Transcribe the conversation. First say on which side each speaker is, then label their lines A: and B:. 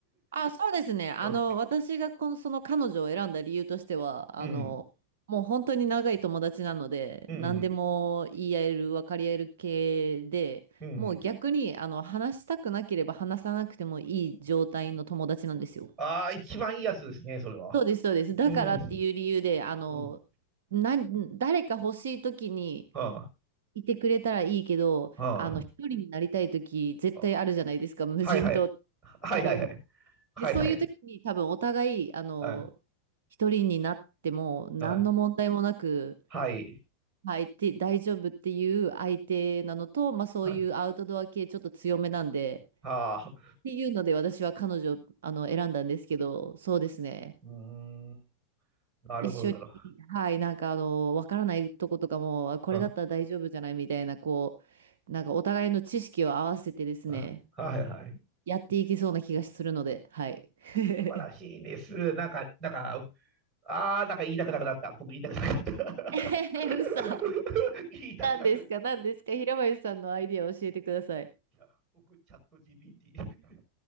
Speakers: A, on the right (about 60°); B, on the right (about 25°).
A: あ、そうですね。あの、
B: うん。
A: 私がこの、その彼女を選んだ理由としては、
B: うん。
A: あの、もう本当に長い友達なので、
B: うん。
A: 何でも言い合える、分かり合える系で、
B: うん。
A: もう逆に、あの、話したくなければ話さなくてもいい状態の友達なんですよ。
B: ああ、一番いいやつですね、それは。
A: そうです、そうです。だからっていう理由で、
B: うん。
A: あの、
B: うん。
A: な、誰か欲しい時に
B: は
A: いてくれたらいいけど、
B: あ、
A: あの、
B: は
A: 一人になりたい時絶対あるじゃないですか、
B: あ、は
A: 無人島
B: あはいはい。はいはいはい。
A: サバイバル。
B: はいはい。
A: で、そういう時に多分お互い、あの、
B: はい。
A: 一人になっても何の問題もなく、
B: はい。はい。
A: はい、て大丈夫っていう相手なのと、まあそういうアウトドア系ちょっと強めなんで、
B: はいはあ。
A: っていうので私は彼女をあの選んだんですけど、そうですね。
B: うーん。なるほどだろ
A: 一緒に、はい、なんかあの、わからないとことかも、あこれだったら大丈夫じゃないみたいな、
B: う。うん。
A: こう、なんかお互いの知識を合わせてですね、
B: あはいはい。
A: やっていけそうな気がするので、はい。<laughs>
B: 素晴らしいです。なんか、なんか、ああ、なんか言いたくなくなった。僕言いたくなくなった。
A: 嘘。
B: <laughs> 言いたくなくなっ
A: 何ですか何ですか平林さんのアイディアを教えてください。
B: た。僕、チャット GPT。